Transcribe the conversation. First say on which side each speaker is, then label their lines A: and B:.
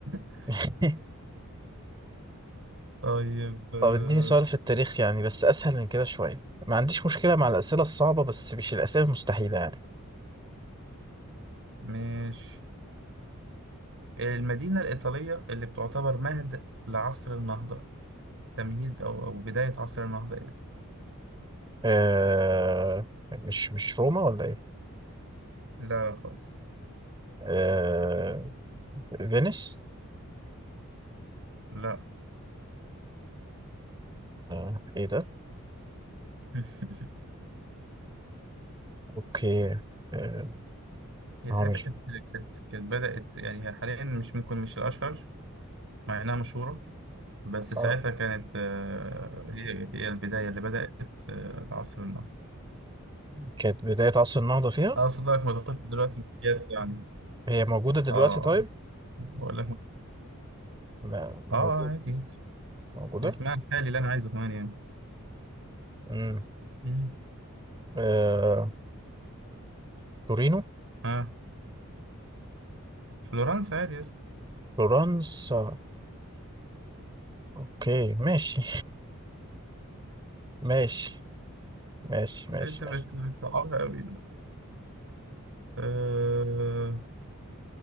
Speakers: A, on the right; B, on the right.
A: <laughs>
B: <laughs>
A: طيب آه،
B: طب اديني سؤال في التاريخ يعني بس أسهل من كده شوية ما عنديش مشكلة مع الأسئلة الصعبة بس مش الأسئلة المستحيلة يعني
A: مش المدينة الإيطالية اللي بتعتبر مهد لعصر النهضة تمهيد أو أو بداية عصر النهضة يعني
B: أه... مش مش روما ولا ايه؟
A: لا لا خالص
B: أه... فينيس
A: لا
B: أه... ايه ده؟
A: <laughs>
B: اوكي آه،
A: هي
B: هو
A: ساعتها
B: مش
A: كانت كانت كانت بدأت يعني هي حاليا مش ممكن مش الأشهر مع إنها مشهورة بس ساعتها
B: اه
A: كانت آه، هي هي البداية اللي بدأت آه، العصر النهضة
B: كانت بداية عصر النهضة فيها
A: أقصد لك ما تاخدش دلوقتي مقياس يعني
B: هي موجودة دلوقتي
A: آه
B: طيب
A: بقول لك م-
B: م- موجودة
A: آه عادي جدا.
B: موجودة
A: اسمها الحالي اللي أنا عايزه كمان يعني
B: امم
A: مم.
B: آه... تورينو
A: آه فلورنسا عادي يا اسطى
B: فلورنسا اوكي ماشي <laughs> ماشي ماشي ماشي
A: أنت بت- بتصعبها أوي ده آه